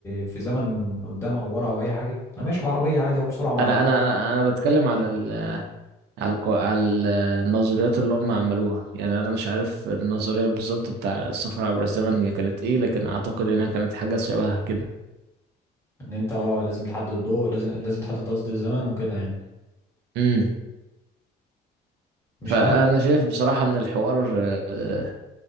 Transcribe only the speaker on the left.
في زمن قدام او ورا او اي حاجه انا ماشي بعربيه عادي او بسرعه معينه
ان انت اه لازم تحدد ضوء لازم لازم تحدد قصدي الزمن وكده يعني
مش
عارف